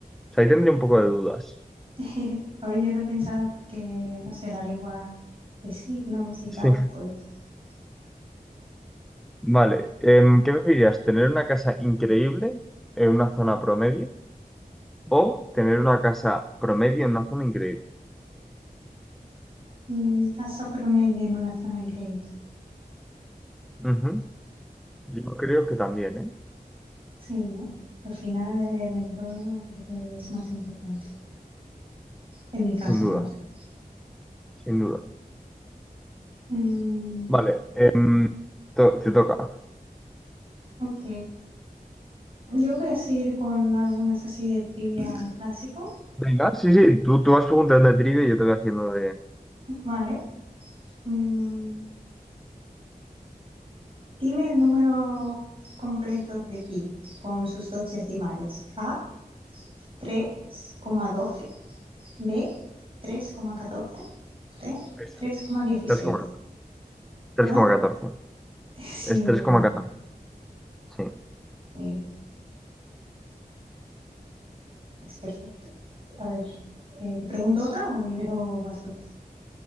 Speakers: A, in the centre; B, on the right (about 35°).
A: sea, ahí tendría un poco de dudas.
B: <laughs> A ver, yo lo he pensado porque, no sé, la lengua de signos y tal,
A: Sí.
B: pues
A: Vale, em, ¿qué preferirías? ¿Tener una casa increíble en una zona promedio o tener una casa promedio en una zona increíble?
B: mm, casa promedio en una zona increíble.
A: Ujú. Yo creo que también, ¿eh?
B: Sí, ¿no? Al final el entorno creo que es más importante. En mi casa,
A: Sin duda,
B: no sé.
A: sin duda.
B: Mm,
A: Vale, em, to- te toca.
B: ok. Yo voy a seguir con algunas así de trivia clásico,
A: Venga, sí, sí, tú, tú vas preguntando de trivia y yo te voy haciendo de...
B: ¿vale? Mm, Dime el número completo de pi con sus dos decimales. A, tres coma doce. B, tres coma catorce. C,
A: Esa.
B: tres coma dieciséis.
A: 3,14.
B: ¿Perdón? <laughs>
A: Es
B: Sí, muy
A: tres
B: bien.
A: coma catorce sí.
B: Muy bien. Pues perfecto. A ver, eh, ¿te pregunto otra o, viene- o vas tú?